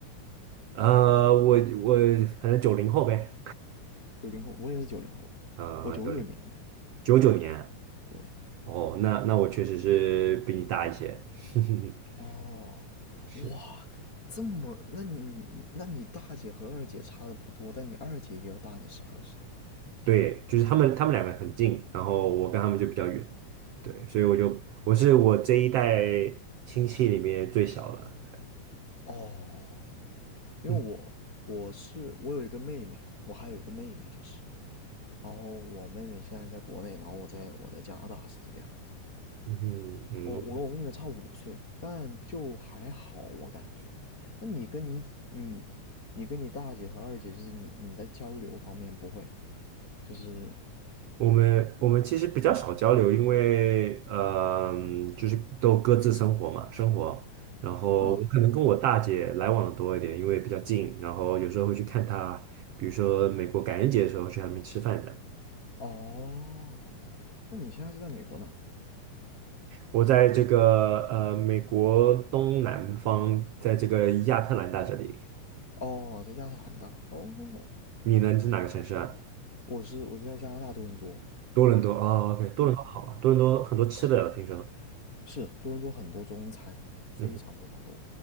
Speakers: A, on the right; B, on the left.
A: 呃，我我反正九零后呗，
B: 九零后，我也是九零后，
A: 呃，
B: 我九九年的，
A: 九零九九年，
B: 对，
A: 哦，那那我确实是比你大一些，<laughs>
B: 哦，
A: 是。
B: 哇，这么，那你那你大姐和二姐差的不多，但你二姐也要大你十二岁，
A: 对，就是他们他们两个很近，然后我跟他们就比较远，对，所以我就我是我这一代亲戚里面最小的，对，
B: 哦，因为我我是我有一个妹妹，
A: 嗯
B: 我还有一个妹妹就是，然后我妹妹现在在国内，然后我在我在加拿大是这个样。
A: 嗯嗯，
B: 我我跟我妹妹差五岁，但就还好，我感觉。那你跟你你你跟你大姐和二姐，就是你你在交流方面不会，就是
A: 我们我们其实比较少交流，因为呃，就是都各自生活嘛，生活，然后我可能跟我大姐来往的多一点，
B: 嗯
A: 因为比较近，然后有时候会去看她，比如说美国感恩节的时候去她那边吃饭的。
B: 哦，那你现在是在美国哪呀？
A: 我在这个呃美国东南方，在这个亚特兰大这里，
B: 哦，在亚特兰大。哦，
A: 你呢？你是哪个城市啊？
B: 我是我是在加拿大多伦多。
A: 多伦多哦，OK，多伦多好啊，
B: 对，
A: 多伦多很多吃的，我听说。
B: 是多伦多很多中餐，非常非常多。
A: 嗯，